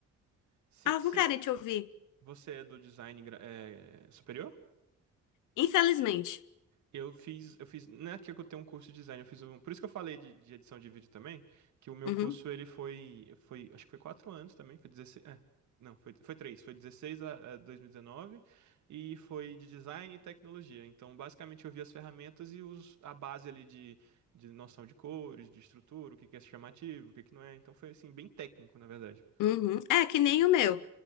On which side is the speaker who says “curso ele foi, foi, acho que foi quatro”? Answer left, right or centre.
Right